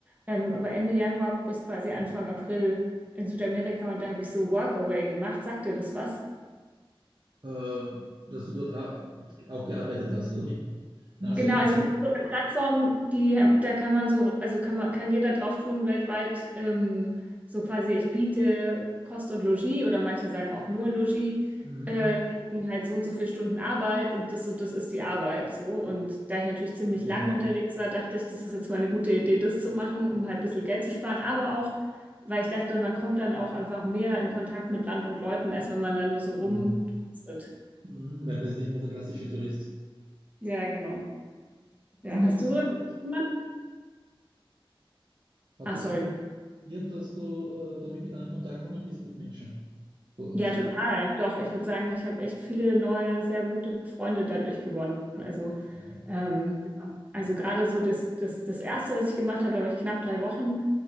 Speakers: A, on the right; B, on the right.
A: ähm, aber Ende Januar bis quasi Anfang April in Südamerika und da habe ich so Workaway gemacht. Sagt dir das was?
B: Äh, dass du dort au- auch gearbeitet hast, oder wie? Na, sagt
A: Genau,
B: man
A: also
B: so.
A: so eine Plattform, die, da kann man so, also kann man, kann jeder drauf tun weltweit, ähm, so quasi, ich biete Kost und Logis oder manche sagen auch nur Logis,
B: Mhm.
A: äh, gegen halt so und so viele Stunden Arbeit und das und das ist die Arbeit so. Und da ich natürlich ziemlich
B: Mhm.
A: lang unterwegs war, dachte ich, das ist jetzt mal eine gute Idee, das zu machen, um halt ein bisschen Geld zu sparen, aber auch, weil ich dachte, man kommt dann auch einfach mehr in Kontakt mit Land und Leuten, als wenn man da nur so rumtrostet.
B: Genau. Mhm, Weil man ist nicht mehr der klassische Tourist.
A: Ja, genau. Ja,
B: Und
A: hast
B: hat es
A: du sowas
B: funktioniert?
A: gemacht?
B: Hat
A: Ah,
B: es
A: sorry.
B: funktioniert, dass du äh, da wirklich dann in Kontakt gekommen bist mit Menschen vor
A: Ja,
B: Ort?
A: total. Doch, ich würde sagen, ich habe echt viele neue, sehr gute Freunde dadurch gewonnen. Also,
B: Ja.
A: ähm, ja. also gerade so das, das, das Erste, was ich gemacht habe, da war ich knapp drei Wochen